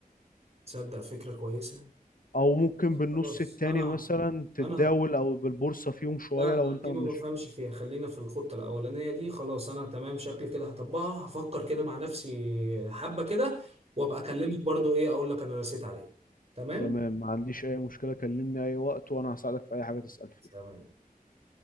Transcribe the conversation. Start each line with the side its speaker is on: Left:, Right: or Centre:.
Right: تصدق فكرة كويسة
Left: او ممكن بالنص
Right: خلاص
Left: التاني
Right: انا
Left: مثلا تتداول
Right: انا
Left: او بالبورصة فيهم شوية
Right: لا
Left: لو
Right: لا دي
Left: انت مش
Right: ما بفهمش فيها خلينا في الخطة الأولانية دي خلاص أنا تمام شكلي كده هطبقها هفكر كده مع نفسي حبة كده وأبقى أكلمك برضو إيه أقول لك أنا رسيت عليه تمام؟
Left: تمام ما عنديش أي مشكلة كلمني أي وقت وأنا هساعدك في أي حاجة تسأل فيها
Right: تمام